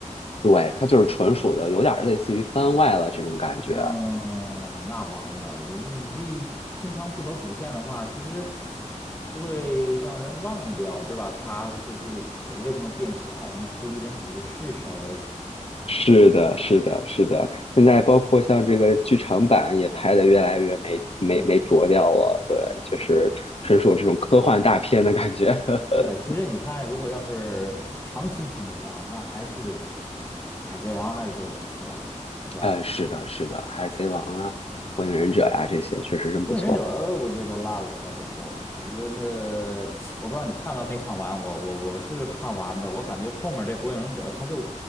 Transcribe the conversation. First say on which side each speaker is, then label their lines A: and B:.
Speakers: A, on the left; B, on the left.
A: 对，它就是纯属的，有点儿类似于番外了这种感觉。
B: 嗯，那完了，你你这经常不走主线的话，其实就会让人忘掉，对吧？他是不是为什么变小？什么黑衣人组织是谁？
A: 是的，是的，是的。现在包括像这个剧场版也拍的越来越没没没着调了，
B: 对
A: 对，就是纯属这种科幻大片的感觉。
B: 对
A: <laughs>
B: 对，其实你看，如果要是常青藤的话，那还是海贼王还是做的不错的吧，是吧？
A: 哎，是的，是的，《海贼王》啊，《火影忍者》呀，这些确实真不错。
B: 《火影忍者》我觉得都烂了，到最后，我觉得我不知道你看完没看完，我我我是看完的，我感觉后面这《火影忍者》他就